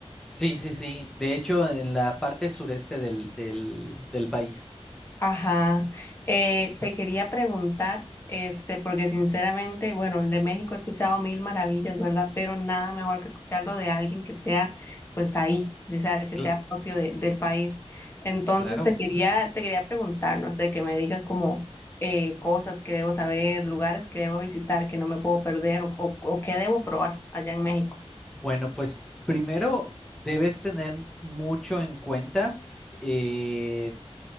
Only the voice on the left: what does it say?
Ajá, eh, te quería preguntar, este, porque sinceramente, bueno, de México he escuchado mil maravillas, ¿verdad? Pero nada mejor que escucharlo de alguien que sea, pues ahí, o sea, que
sea propio de- del país. Entonces
te quería, te quería preguntar, no sé, que me digas como eh, cosas que debo saber, lugares que debo visitar, que no me puedo perder o, o, o que debo probar allá en México.